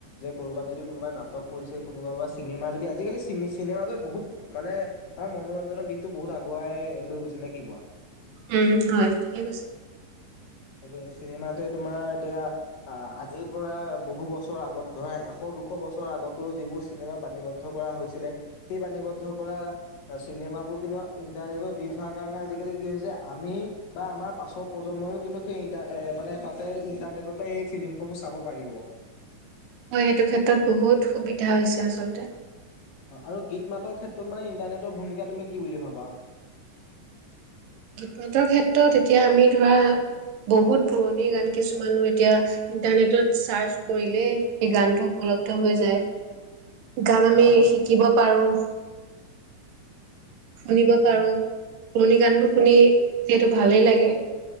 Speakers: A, on the left; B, on the right.
A: যে ক'বাত যদি কোনোবাই নাটক কৰিছে কোনোবা চিনে মা যদি আজিকালি চি-চিনেমাটো বহুত মানে অ', মনোৰঞ্জনৰ দিশটো বহুত আগুৱাই লৈ গৈছে নেকি। কি কোৱা?
B: উম, হয়, ঠিকে কৈছে।
A: তাকে চিনেমাতে তোমাৰ এতিয়া অহ, আজিৰ পৰা বহু বছৰ আগত ধৰা এশ দুশ বছৰ আগতো যিবোৰ চিনেমা বাণীবদ্ধ কৰা হৈছিলে সেই বাণীবদ্ধ কৰা অ', চিনে মাবোৰ কিন্তু ইন্টাৰনেটত দি থোৱা কাৰণে আজিকালি কি হৈছে আমি বা আমাৰ পাছৰ প্ৰজন্ময়ো কিন্তু সেই ইন্টা অ', মানে তাতে ইণ্টাৰনেটতে এই ফিল্মসমূহ চাব পাৰিব।
B: হয়, সেইটো ক্ষেত্ৰত বহুত সুবিধা হৈছে আচলতে।
A: আৰু গীত মাতৰ ক্ষেত্ৰত মানে ইণ্টাৰনেটৰ ভূমিকা তুমি কি বুলি ভাবা?
B: গীত মাতৰ ক্ষেত্ৰত এতিয়া আমি ধৰা বহুত পুৰণি গান কিছুমানো এতিয়া ইন্টাৰনেটত চাৰ্চ কৰিলে সেই গানটো উপ লব্ধ হৈ যায়, গান আমি
A: হয় হয়
B: শিকিব পাৰোঁ। শুনিব পাৰোঁ,
A: হয়।
B: পুৰণি গানবোৰ শুনি যিহেতু ভালেই লাগে।